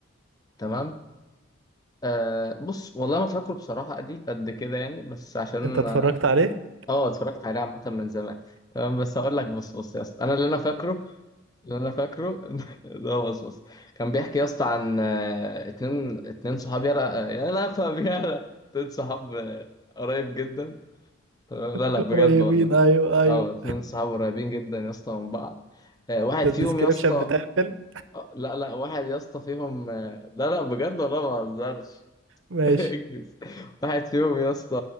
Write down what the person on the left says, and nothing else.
تمام آه بص والله ما فاكره بصراحة قد إيه، قد كده يعني بس عشان
اه اتفرجت عليه عامة من زمان تمام بس هقول لك بص بص يا اسطى انا اللي انا فاكره اللي انا فاكره <laughs> ده بص بص كان بيحكي يا اسطى عن آه، اتنين اتنين صحاب يلا يلا فاهم يلا اتنين صحاب آه، قريب جدا تمام
لا لا بجد
والله
اه اتنين صحاب قريبين جدا يا اسطى من بعض آه، واحد
فيهم
يا اسطى
آه، لا لا واحد يا اسطى فيهم آه، لا لا بجد والله ما بهزرش
<laughs> انجز واحد فيهم يا اسطى